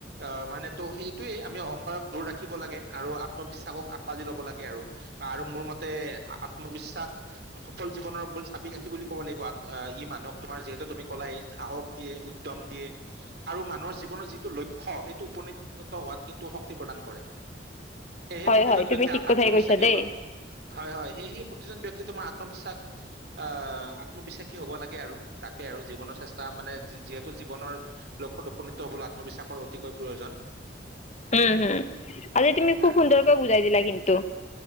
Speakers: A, on the right (about 60°); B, on the left (about 40°).
A: অ মানে তো সেইটোয়ে আমি অহংকাৰক দূৰ ৰাখি। লাগে আৰু আত্মবিশ্বাসক আকোৱালি ল'ব লাগে আৰু আৰু মোৰ মতে আত্মবিশ্বাস। সফল জীৱনৰ মূল চাবি গাঁঠি বুলি ক'ব লাগিব ই মানুহক তোমাৰ যিহেতু তুমি কলাই সাহস দিয়ে উদ্যম। উম দিয়ে আৰু মানুহৰ জীৱনৰ যিটো লক্ষ্য সেইটো উপনীতত হোৱাত কিন্তু শক্তি প্ৰদান কৰে। সেয়েহে
B: হয়
A: প্ৰতিজন
B: হয় তুমি
A: ব্যক্তিয়ে
B: ঠিক কথাই
A: আত্মবিশ্বাসি
B: কৈছা দেই।
A: হব হয় হয় সেয়েহে প্ৰতিজন ব্যক্তি। তোমাৰ আত্মবিশ্বাস আহ আত্মবিশ্বাসী হ'ব লাগে আৰু তাকে আৰু জীৱনৰ চেষ্টা মানে। যিহেতু জীৱনৰ লক্ষ্যত উপনীত হবলৈ আত্মবিশ্বাসৰ অতিকৈ প্ৰয়োজন।
B: উম হম আজি তুমি
A: তাক
B: খুব সুন্দৰকৈ বুজাই দিলা কিন্তু।